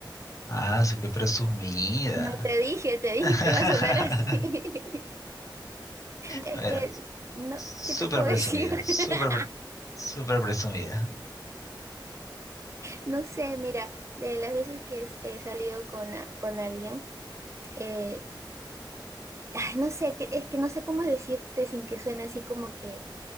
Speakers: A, on the left; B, on the right.
A: Ah, su qué presumida.
B: No te dije, te dije
A: <laughs>
B: que iba a sonar así. <laughs> Es
A: Bueno,
B: que, no,
A: súper
B: ¿qué te puedo
A: presumida,
B: decir?
A: súper,
B: <laughs>
A: pre- súper presumida.
B: No sé, mira, de las veces que he he salido con, a- con alguien, eh, ay, no sé, que- es que no sé cómo decirte sin que suene así como que